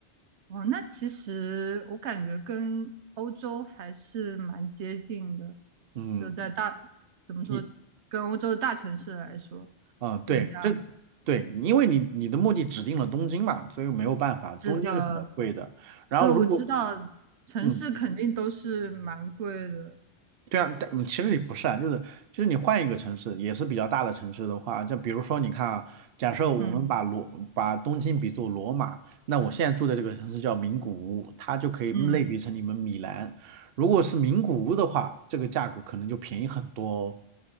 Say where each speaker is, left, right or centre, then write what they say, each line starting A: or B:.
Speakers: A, on the right (about 85°); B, on the right (about 65°).
A: 哦，那其实我感觉跟欧洲还是蛮接近的，
B: 嗯，
A: 就在大，怎么说，
B: 你，
A: 跟欧洲的大城市来说，
B: 啊对，
A: 这个价格
B: 这，对，因为你你的目的指定了东京嘛，所以没有办法，东京是比较贵的。
A: 是的，
B: 然后如果，
A: 对，我知道城市肯定都是蛮贵的，
B: 嗯，对啊，但嗯其实也不是啊，就是就是你换一个城市，也是比较大的城市的话，就比如说你看啊，假设我们把罗把东京比作罗马，
A: 嗯
B: 那我现在住的这个城市叫名古屋，它就可以类比成你们米兰。
A: 嗯，
B: 如果是名古屋的话，这个价格可能就便宜很多哦。